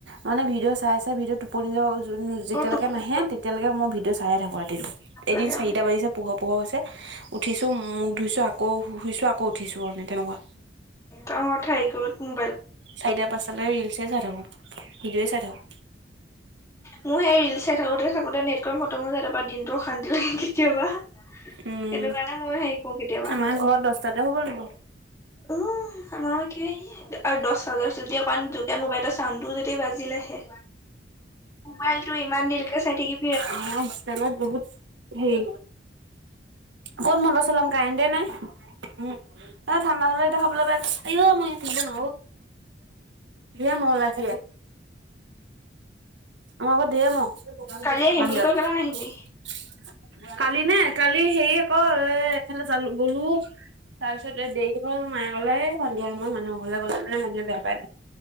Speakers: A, on the right; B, on the left.
A: মানে ভিডিঅ' চাই চ ভিডিঅ টোপনি যা য যেতিয়ালৈকে
B: অ টোপনি
A: নাহে তেতিয়ালকেই ভিডিঅ চাই থাকো ৰাতিটো এদিন
B: লাগে
A: চাৰটা বাজিছে পোহৰ পোহৰ হৈছে উঠিছোঁ মোক ধুইছোঁ আকৌ শুইছোঁ আকৌ উঠিছোঁ মানে তেনেকুৱা
B: ত মঠাৰি কত
A: চাৰিটা পাঁচটালৈকে ৰিলচ চাই থাকো ভিডিঅ' চাই থাকো
B: মোৰ সেই ৰিলচাই থাকোতে থাকোতে নেট কৰি খতম হৈ যায় তাৰপৰা দিনটো অশান্তি লাগে কেতিয়াবা সেইটো
A: উম
B: কাৰণে ময় হেৰি কৰো কেতিয়াবা
A: আমাৰ ঘৰত দহটাতে শুব লাগিব
B: উম আমাও একে আৰু দহ হাজাৰ পি যদি অকণ জোকে মোবাইলৰ চাউণ্ডও যদি বাজিলেহে মোবাইলটো ইমান দেৰিকে চাই থাকিব
A: অ তলত বহুত সেই ক'ত মন্দ চলাম কাৰেণ্টে নাই উম ঠাণ্ডা হলে এতিয়া খাবলৈ পাই অ অ মই ই থিব ন বিয়া মল আছে আমাৰ ঘৰত ধেই ম'হ
B: কালি আহিম
A: বাহিৰত
B: বুলি কৈ কেলে নাহিলি?
A: কালি নে কালি হেৰি আকৌ এ এইফালে জালো গলো তাৰপিছত দেৰি হ'ল মায়ে অকলে সন্ধিয়া মানুহকলে গলেে মানুে বেয়া বাই